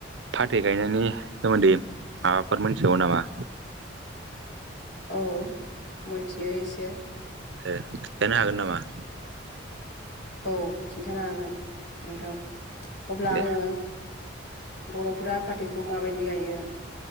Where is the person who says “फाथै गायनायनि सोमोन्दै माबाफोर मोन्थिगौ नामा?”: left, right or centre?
Right